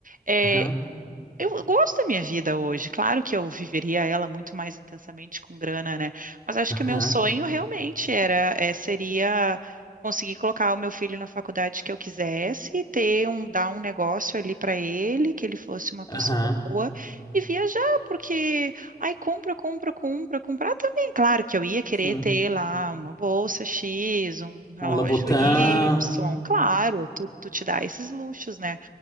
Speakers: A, on the right (about 55°); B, on the left (about 20°).
A: Eh,
B: Aham,
A: eu gosto da minha vida hoje. Claro que eu viveria ela muito mais intensamente com grana, né? Mas acho
B: aham,
A: que o meu sonho realmente era, é, seria conseguir colocar o meu filho na faculdade que eu quisesse, e ter um, dar um negócio ali para ele, que ele fosse uma pessoa
B: aham,
A: boa e viajar, porque ai, compra, compra, compra, comprar também. Claro que eu ia querer
B: sim.
A: ter lá uma bolsa X, um relógio
B: Um Lobotan,
A: Y, claro, tu, tu te dá esses luxos, né?